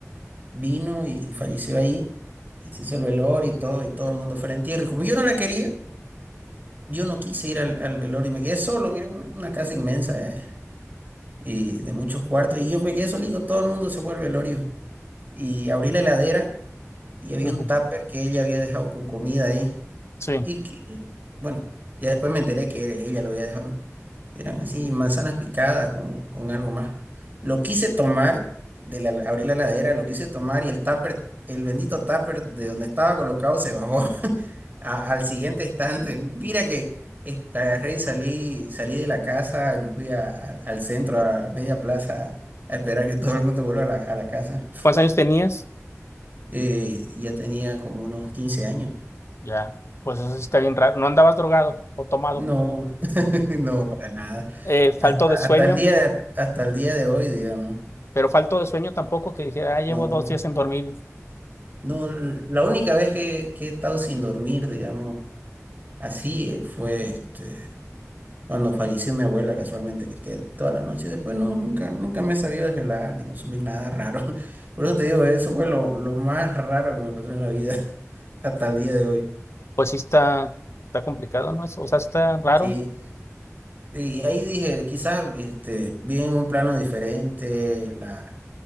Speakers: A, on the right; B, on the left.
A: vino y, y falleció ahí, y se hizo el velorio y todo, y todo el mundo fue al entierro. Y como yo no la quería, yo no quise ir al, al velorio y me quedé solo, mira, una, una casa inmensa eh, y de muchos cuartos, y yo me quedé solito, todo el mundo se fue al velorio. Y abrí la heladera y había
B: ujú,
A: un tupper que ella había dejado con comida ahí.
B: Sí.
A: Y que, bueno, ya después me enteré que ella lo había dejado, ¿no? Eran así manzanas picadas con, con algo más. Lo quise tomar, de la, abrí la heladera, lo quise tomar y el tupper, el bendito tupper de donde estaba colocado se bajó <laughs> a- al siguiente estante. Mira que eh, agarré y salí, salí de la casa y me fui a- a- al centro, a media plaza, a esperar que todo el mundo vuelva a la, a la casa.
B: ¿Cuántos años tenías?
A: Eh, ya tenía como unos 15 años.
B: Ya, pues eso sí está bien raro. No andabas drogado o tomado.
A: No, <laughs> no, para nada.
B: Eh, falto
A: Hasta,
B: de sueño,
A: hasta el día de, hasta el día de hoy, digamos.
B: pero falto de sueño tampoco que dijera, ah, llevo
A: No,
B: dos días sin dormir.
A: no, la única vez que, que he estado sin dormir, digamos, así eh, fue este, cuando falleció mi abuela casualmente, que te- toda la noche después no, nunca, nunca me he sabido desvelar ni consumir nada raro. <laughs> Por eso te digo, eso fue lo, lo más raro que me pasó en la vida <laughs> hasta el día de hoy.
B: Pues sí está, está complicado, ¿no? Es- O sea, está raro.
A: Sí. Y ahí dije, quizás este, vi en un plano diferente, la,